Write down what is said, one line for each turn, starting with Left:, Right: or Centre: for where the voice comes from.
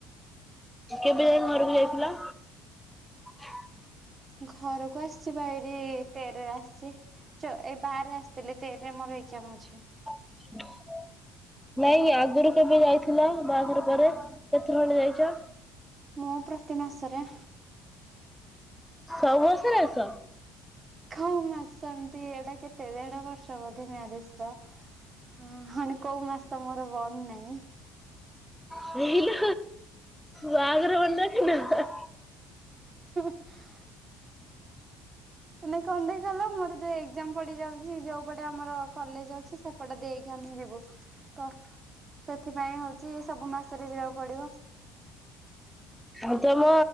Centre: କେବେ ଘରକୁ ଯାଇଥିଲ? ହ <unintelligible>
Right: ଘରକୁ ଆସିଛି ବା ଏଇଠି ତେରରେ ଆସିଛି। ଚ ଏଇ ବାରରେ ଆସିଥିଲି ତେରରେ ମୋର ଏଗ୍ଜାମ ଅଛି।
Centre: ଓ <unintelligible> ନାଇଁ ଆଗରୁ କେବେ ଯାଇଥିଲ ବାହାଘର ପରେ କେତେ ଥର ଖଣ୍ଡେ ଯାଇଛ?
Right: ମୁଁ ପ୍ରତି ମାସରେ।
Centre: ସବୁ ମାସରେ ଆସ?
Right: ହଉ ମାସ ଏମିତି ଏଟା କେତେ ଦେଢ ବର୍ଷ ବୋଧେ ମ୍ୟାରେଜର। ହ ମାନେ କୋଉ ମାସ ମୋର ବନ୍ଦ ନାହିଁ।
Centre: ହେଇଲୋ। ବାହାଘର ଭଣ୍ଡା କି ନା?
Right: ହଁଁ? ନାଇଁ କନ୍ଦେଇ, କହିଲ ମୋର ଯୋଉ ଏକ୍ଜାମ ପଡିଯାଉଛି ଯୋଉ ପଟେ ଆମର କଲେଜ ଅଛି ସେ ପଟେ ଦେଇକି ଆମେ ଯିବୁ ତ ସେଥିପାଇଁ ହଉଛି ସବୁ ମାସରେ ଯିବାକୁ ପଡିବ।
Centre: ଆଉ ତମ